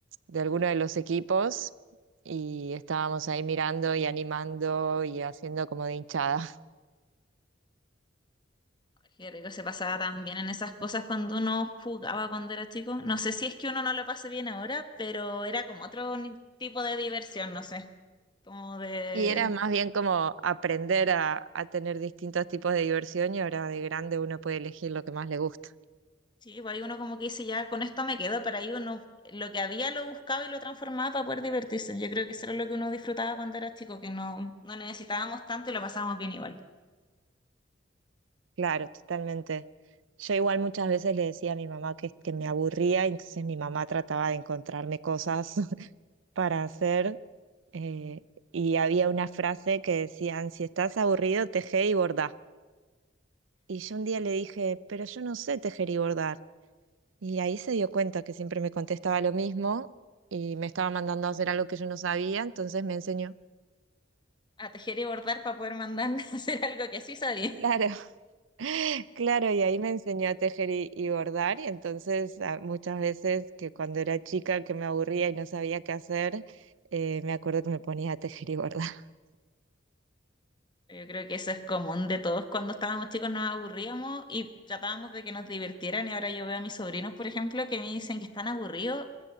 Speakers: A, on the right; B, on the left.
A: de alguno de los equipos y estábamos ahí mirando y animando y haciendo como de hinchada.
B: Qué rico se pasaba tan bien en esas cosas cuando uno jugaba cuando era chico. No sé si es que uno no lo pase bien ahora, pero era como otro ni- tipo de diversión, no sé. Como de...
A: Y era más bien como aprender a, a tener distintos tipos de diversión y ahora de grande uno puede elegir lo que más le gusta.
B: Sí, pues ahí uno como que dice, ya con esto me quedo, pero ahí uno lo que había lo buscaba y lo transformaba para poder divertirse. Yo creo que eso era lo que uno disfrutaba cuando era chico, que no, no necesitábamos tanto y lo pasábamos bien igual.
A: Claro, totalmente. Yo igual muchas veces le decía a mi mamá que, que me aburría, y entonces mi mamá trataba de encontrarme cosas <laughs> para hacer. eh, y había una frase que decían, si estás aburrido, teje y bordá. Y yo un día le dije, pero yo no sé tejer y bordar. Y ahí se dio cuenta que siempre me contestaba lo mismo y me estaba mandando a hacer algo que yo no sabía, entonces me enseñó
B: A tejer y bordar para poder mandar <laughs> a hacer algo que sí sabía.
A: Claro, <laughs> claro, y ahí me enseñó a tejer y, y bordar, y entonces a- muchas veces que cuando era chica que me aburría y no sabía qué hacer, eh, me acuerdo que me ponía a tejer y bordar. <laughs>
B: Yo creo que eso es común de todos. Cuando estábamos chicos nos aburríamos y tratábamos de que nos divirtieran. Y ahora yo veo a mis sobrinos, por ejemplo, que me dicen que están aburridos